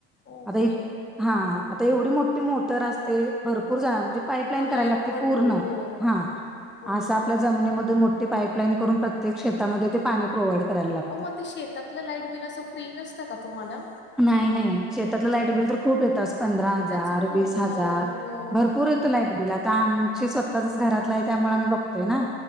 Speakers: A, on the left; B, in the centre.
A: ओके.
B: आता हि हां आता एवढी मोठी मोटर असते भरपूर जा म्हणजे पाईपलाईन
A: हो लाईट
B: कराले लागते
A: भरपूर.
B: पूर्ण.
A: हो.
B: हा
A: हो.
B: असा आपल्याले जमिनीमधून मोठी पाईपलाईन करून प्रत्येक शेतामध्ये ते पाणी प्रोव्हाइड करायला लागतं.
A: ओ मं ते शेतातलं लाईट बिल असं फ्री नसतं का तुम्हाला?
B: नाही नाही, शेतातलं लाईट बिल तर खूप येत अस पंधरा हजार
A: त्याचं खूप
B: वीस हजार
A: हो, हो,
B: भरपूर
A: हो.
B: येतं लाईटबील. बीला आता आमची स्वतःच्याच घरातलं आहे त्यामुळे आम्ही बघतोय ना?